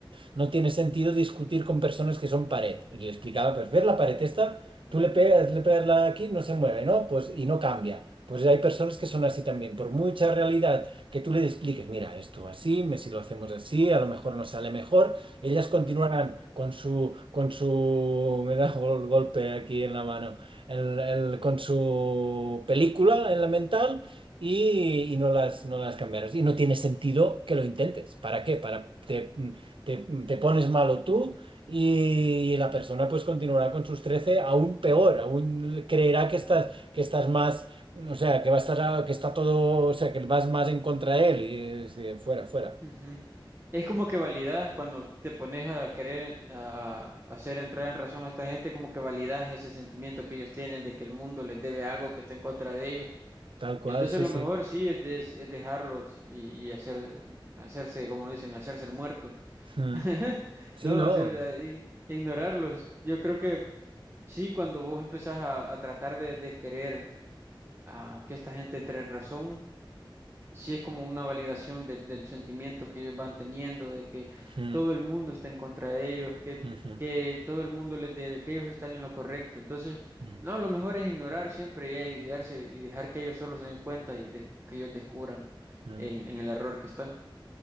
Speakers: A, on the right (about 75°); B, on the right (about 30°).
A: no tiene sentido discutir con personas que son pared. Y le explicaba, pues ver la pared esta, tú le pegas, le pegas la aquí, no se mueve, ¿no? Pues y no cambia. Pues hay personas que son así también. Por mucha realidad que tú le expliques, mira, esto así, me- si lo hacemos así, a lo mejor nos sale mejor, ellas continuarán con su, con su, me da <laughs> un golpe aquí en la mano, el- el- con su película en la mental y, y no las, no las cambiarás. Y no tiene sentido que lo intentes. ¿Para qué? Para, te- te, te pones malo tú y la persona pues continuará con sus 13 aún peor, aún creerá que estás, que estás más, o sea, que va a estar, a- que está todo, o sea, que vas más en contra de él y, eh, sí, fuera, fuera.
B: Ujú. Es como que validas cuando te pones a querer a, a hacer entrar en razón a esta gente, como que validas ese sentimiento que ellos tienen de que el mundo les debe algo que está en contra de ellos.
A: Tal cual,
B: Entonces
A: sí,
B: lo
A: sí.
B: mejor sí es, es- es dejarlos y, y hacer, hacerse, como dicen, hacerse el muerto.
A: Mm.
B: <laughs>
A: Sí,
B: No,
A: no.
B: o sea, i- ignorarlos. Yo creo que sí, cuando vos empezás a, a tratar de, de querer a que esta gente entre en razón, sí es como una validación del, del sentimiento que ellos van teniendo, de que
A: Mm,
B: todo el mundo está en contra de ellos, que,
A: ujú,
B: que todo el mundo les debe, que ellos están en lo correcto. Entonces,
A: mm,
B: no, lo mejor es ignorar siempre y ayudarse y dejar que ellos solo se den cuenta y des- que ellos descubran
A: mm.
B: en, en el error que están.